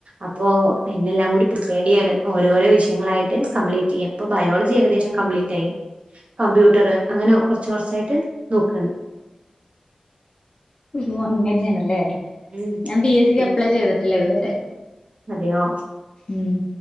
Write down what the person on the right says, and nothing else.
അപ്പൊ അയിെല്ലാം കൂടി തൃപ്പേഡിയാണ് ഓരോരോ വിഷയങ്ങളായിട്ട് കംപ്ലീറ്റ് ചെയ്യാം ഇപ്പൊ ബയോളജി ഏകദേശം കംപ്ലീറ്റ് ആയി കമ്പ്യൂട്ടർ അങ്ങനെ കൊറച്ച കുറച്ചായിട്ട് നോക്കാണ്
ഉം
ഉം.
അതെയോ